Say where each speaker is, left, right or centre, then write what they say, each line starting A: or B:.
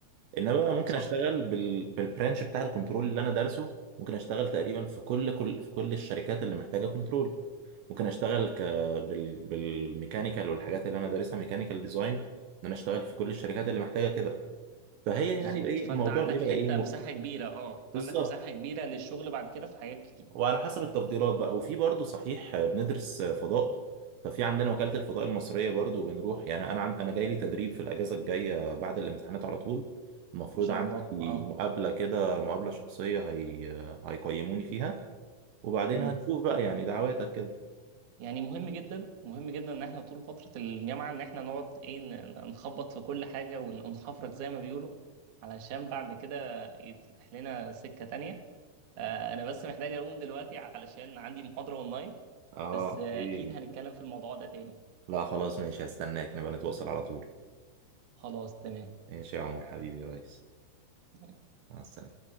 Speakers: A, on the right; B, on the right.
A: انما بقى ممكن
B: صح
A: اشتغل بال بالبرانش بتاع الكنترول اللي انا دارسه ممكن اشتغل تقريبا في كل كل في كل الشركات اللي محتاجه كنترول ممكن اشتغل ك بال بالميكانيكال والحاجات اللي انا دارسها ميكانيكال ديزاين ان انا اشتغل في كل الشركات اللي محتاجه كده فهي
B: بالظبط
A: يعني بقى إيه-
B: فانت
A: الموضوع
B: عندك
A: بيبقى
B: حته
A: ايه م-
B: مساحه كبيره اه انت
A: بالظبط
B: عندك مساحه كبيره للشغل بعد كده في حاجات كتير
A: وعلى حسب التفضيلات بقى وفي برضه صحيح آه، بندرس آه، فضاء ففي عندنا وكالة الفضاء المصرية برضه بنروح يعني انا عن- انا جاي لي تدريب في الاجازة الجاية بعد الامتحانات على طول المفروض
B: ما شاء
A: عندي
B: الله اه
A: مقابلة كده مقابلة شخصية هي آه، هيقيموني فيها وبعدين
B: مم.
A: هنشوف بقى يعني دعواتك كده
B: يعني مهم جدا مهم جدا ان احنا طول فترة الجامعة ان احنا نقعد ايه ن- نخبط في كل حاجة وننخفرك زي ما بيقولوا علشان بعد كده يتفتح لنا سكة تانية آه، انا بس محتاج اقوم دلوقتي علشان عندي محاضرة اونلاين
A: اه
B: بس
A: اوكي
B: آه، اكيد هنتكلم في الموضوع ده تاني
A: لا خلاص ماشي هستناك نبقى نتواصل على طول
B: خلاص تمام
A: ماشي يا عمر حبيبي يا ريس
B: تمام.
A: مع السلامة